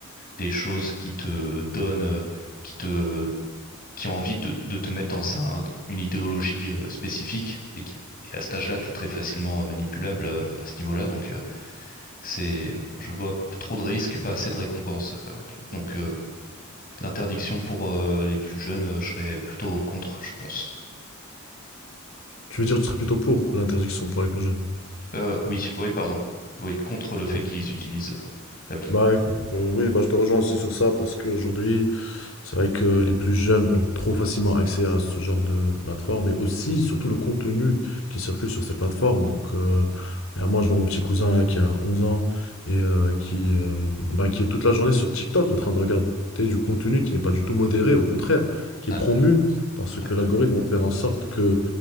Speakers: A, on the left; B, on the left.
A: des choses qui te donnent, euh, qui te, qui ont envie de, de te mettre dans un, une idéologie euh, spécifique et qui, et à cet âge-là, t'es très facilement euh, manipulable euh, à ce niveau-là. Donc, euh, c'est, je vois trop de risques, pas assez de récompenses. Euh, tu- Donc, euh, l'interdiction pour euh, les plus jeunes, euh, je serais plutôt contre, je pense.
B: Tu veux dire que tu serais plutôt pour l'interdiction pour les plus jeunes?
A: Euh, oui, oui, pardon. Oui, contre le fait
B: Yeah.
A: qu'ils utilisent euh, l'appli.
B: Bah écoute, heu, oui, bah, je te rejoins aussi sur ça parce qu'aujourd'hui C'est vrai que les plus jeunes ont trop facilement accès à ce genre de, de plateforme mais aussi, surtout, le contenu qui circule sur ces plateformes. Donc, euh, là, moi, je vois mon petit cousin là qui a 11 ans et euh, qui, euh, bah, qui est toute la journée sur TikTok en train de regarder du contenu qui n'est pas du tout modéré, au contraire, qui
A: Ouais,
B: est promu parce que
A: ouais,
B: l'algorithme va faire en sorte que